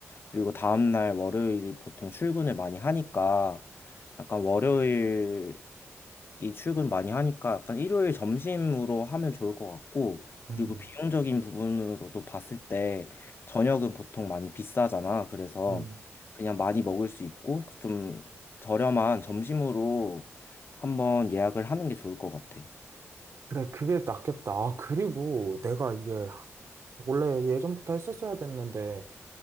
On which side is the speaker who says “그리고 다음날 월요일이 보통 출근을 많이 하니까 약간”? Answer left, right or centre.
Left